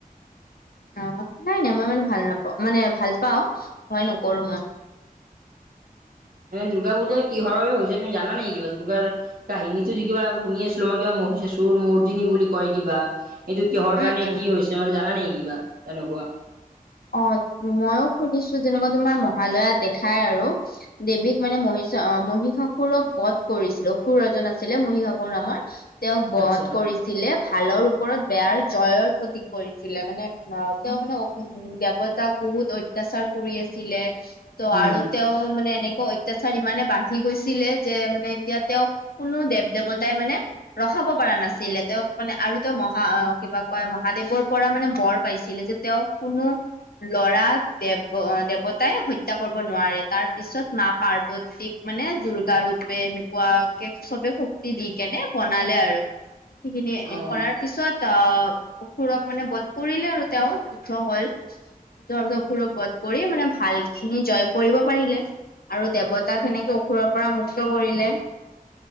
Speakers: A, on the left; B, on the right.
A: অ নাই নাই মই মানে ভাল নাপাওঁ মানে ভাল পাওঁ হয় নকৰোঁ মই।
B: দুৰ্গা পূজাৰ কিহৰ বাবে হৈছে তুমি জানা নেকি কিবা? দুৰ্গাৰ কাহিনীতো যে কিবা শুনি আছিলো মই কিবা মহিকা চুৰ মৰ্দিনী বুলি কয় কিবা। এইটো কিহৰ
A: উম
B: কাৰণে
A: উম
B: কি হৈছে মানে জানা নে কিবা তেনেকুৱা?
A: অ মইও শুনিছোঁ যেনেকুৱা তোমাৰ মহালয়া দেখাই আৰু দেৱীক মানে মহি মহীষাসুৰক বধ কৰিছিল অসুৰ এজন আছিলে মহীষাসুৰ নামৰ তেওঁক বধ
B: আচ্ছা
A: কৰিছে। ছিলে ভালৰ ওপৰত বেয়াৰ জয়ৰ প্ৰতি কৰিছিলে মানে অ তেওঁ মানে অ দেৱতাক বহুত অত্যাচাৰ কৰি আছিলে ত
B: উম
A: আৰু তেওঁ মানে এনেকুৱা অত্যাচাৰ ইমানে বাঢ়ি গৈছিলে যে মানে এতিয়া তেওঁক কোনো দেৱ দেৱতাই মানে ৰখাব পৰা নাছিলে তেওঁক মানে আৰু তেওঁ মহা কিবা কয় মহাদেৱৰ পৰা মানে বৰ পাইছিলে যে তেওঁক কোনো ল'ৰা দেৱ দেৱতাই হত্যা কৰিব নোৱাৰে। তাৰ পিছত মা পাৰ্বতীক মানে দুৰ্গা ৰূপে এনেকুৱা কে চবে শক্তি দি কেনে বনালে আৰু
B: <unintelligible>
A: সেইখিনি এ
B: অ
A: কৰাৰ পিছত আহ অসুৰক মানে বধ কৰিলে আৰু তেওঁ যুদ্ধ হ'ল। তাৰ পিছত অসুৰক বধ কৰি মানে ভাল খিনি জয় কৰিব পাৰিলে। আৰু দেৱতাক সেনেকে অসুৰৰ পৰা মুক্ত কৰিলে।